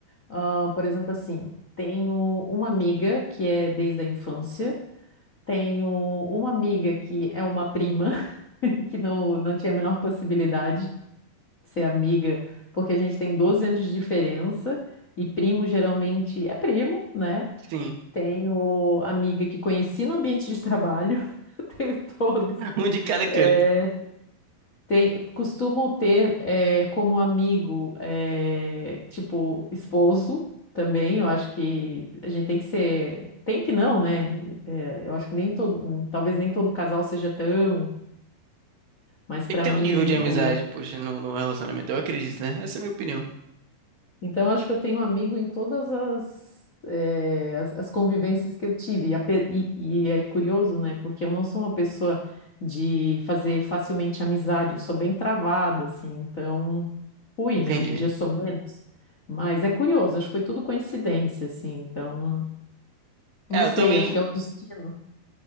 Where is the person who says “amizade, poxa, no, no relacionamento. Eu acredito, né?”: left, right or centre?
Right